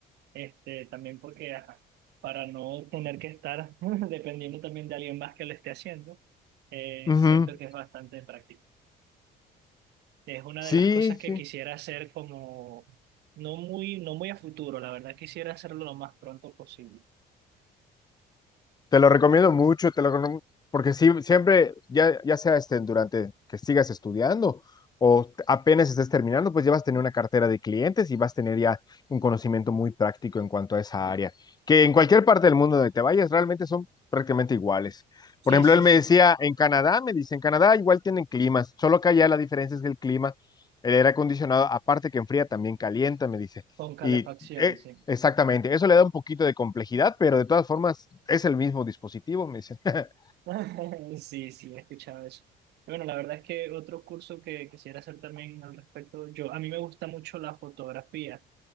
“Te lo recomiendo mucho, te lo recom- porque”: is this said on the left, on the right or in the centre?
Left